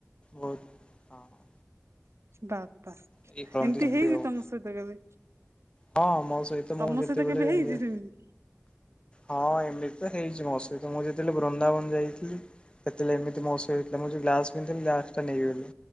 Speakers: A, on the left; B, on the right.
A: ବହୁତ ହଁ।
B: ବାପା ଏମିତି
A: ଏଇ କରନ୍ତି ସେମିତି
B: ହେଇଚି
A: ଆଉ
B: ତମ ସହିତ କେବେ?
A: ହଁ ମୋ ସହିତ ମୁଁ
B: ତମ
A: ଯେତେବେଳେ
B: ସହିତ କେବେ ହେଇଛି
A: ଯାଏ
B: ସେମିତି
A: ହଁ <unintelligible> ହେଇଚି ମୋ ସହିତ ମୁଁ ଯେତେବେଳେ ବୃନ୍ଦାବନ ଯାଇଥିଲି। ସେତେବେଳେ ଏମିତି ମୋ ସହିତ ମୁଁ ଯୋଉ ଗ୍ଲାସ ପିନ୍ଧଥିଲି ଗ୍ଲାସଟା ନେଇଗଲେ।